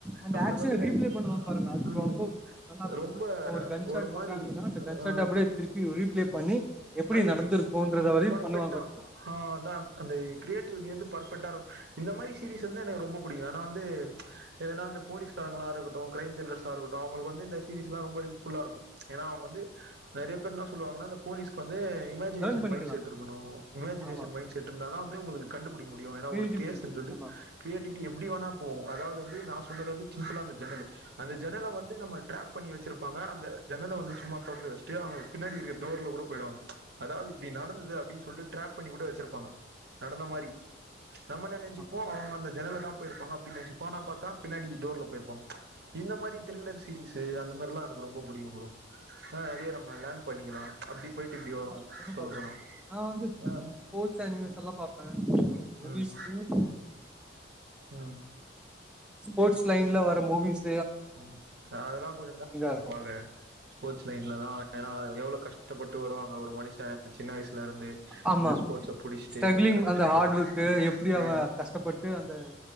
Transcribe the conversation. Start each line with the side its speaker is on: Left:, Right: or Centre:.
Centre: அந்த
Right: நம்மளுக்கு
Centre: ஆக்ஷனை
Right: வந்து ந
Centre: ரீப்ளே பண்ணுவாங்க பாருங்க அது
Right: ம்
Centre: ரொம்ப நல்லா இருக்கும்
Right: ரொம்ப
Centre: இப்போ கன் ஷாட்
Right: ஒரு மாரி
Centre: பண்றாங்கன்னா அந்த கன் ஷாட்
Right: ஆ
Centre: அப்படியே திருப்பி ரீப்ளே பண்ணி எப்படி
Right: அது
Centre: நடந்திருக்கும்ன்றத
Right: எப்டி
Centre: வரையும்
Right: பர்ஃபெக்டா
Centre: பண்ணுவாங்க பாத்தீங்களா
Right: ஆ தான் அந்த கிரியேட்டிவிட்டிலருந்து பர்ஃபெக்டா இருக் இந்த மாரி சீரீஸ் வந்து எனக்கு ரொம்ப பிடிக்கு ஏனா வந்து ஏனா அந்த போலீஸ்காரங்களா இருக்க நோ க்ரைம் திரில்லர்ஸா இருக்கட்டு அவ்ங்களுக்கு வந்து இந்த சீரிஸ்ல்லா ரொம்ப யூஸ் ஃபுல்லா இருக்கு ஏனா அவ்ங்க வந்து நெறைய பேர் என்னா சொல்லுவாங் ஆனா அந்த போலீஸ்க்கு வந்து இமஜினேஷன்
Centre: லேர்ன் பண்ணிக்கலாம்
Right: மைண்ட் செட் இருக்கணு இமஜினேஷன்
Centre: ஆமா
Right: மைண்ட செட் இருந்தா தா உங்களுக்கு கண்டுபுடி டிக்க முடியு ஏனா
Centre: கிரியேட்டிவிட்டி
Right: ஒரு கேஸுன்றுது
Centre: ஆமா
Right: கிரியேட்டிவிட்டி எப்டி வேனா போவு அதாவ்து து நா சொன்னது வந்து சிம்புளா அந்த ஜன்னலு அந்த ஜன்னல வந்து நம்ம ட்ராப் பண்ணி வச்சிருப் தோனா அந்த ஜன்னல வந்து சும்மா தொரந்து வச்ட்டு அவ்ங்க பின்னாடி இருக்க டோர்ல கூட போயிடுவாங்க அதாவ்து இப்டி நடந்தது அப்டின்னு சொல்ட்டு ட்ராப் பண்ணி கூட வச்சிருப்பாங்க நடந்த மாரி நம்ம என்ன நென்ச்சுப்போ
Centre: ஆமா
Right: அவ்ங்க அந்த ஜன்னல தா போயிருப்பாங்க அப்டின் நெனச்சிக்கோ ஆனா பாத்தா பின்னாடி டோர்ல போயிருப்பாங்க இந்த மாரி த்ரில்லர் சீரீஸு அந்த மார்லா எனக்கு ரொம்ப புடிக்கு ப்ரோ ஆ நெறைய நம்ம லேர்ன் பண்ணிக்கலா அப்டி போயிட்டு இப்டி வரு
Centre: அம்மா பொண்ணு
Right: சொல்ல
Centre: பாக்குது
Right: போனா
Centre: நா வந்து
Right: ஆ
Centre: ஸ்போர்ட்ஸ் அனிமேசன்லா பாப்பே மூவிஸ்லயு
Right: ம் ம்
Centre: ஸ்போர்ட்ஸ் லைன்ல வர மூவிஸ்
Right: ம் அதெல்லா கொஞ்ச <inaudible>
Centre: இருக்கு
Right: பாக்க ஸ்போர்ட்ஸ் லைன் இல்லதா ஏனா எவ்ளோ கஷ்டப்பட்டு வருவாங்க ஒரு மனுஷ சின்ன வயசு லருந்து
Centre: ஆமா
Right: அந்த ஸ்போர்ட்ஸ புடிச்ட்டு
Centre: ஸ்ட்ரகிளிங்
Right: கஷ்டப்படு
Centre: அந்த ஹார்ட் ஒர்க்கு எப்டி
Right: ஆ
Centre: அவ கஷ்டப்பட்டு அந்த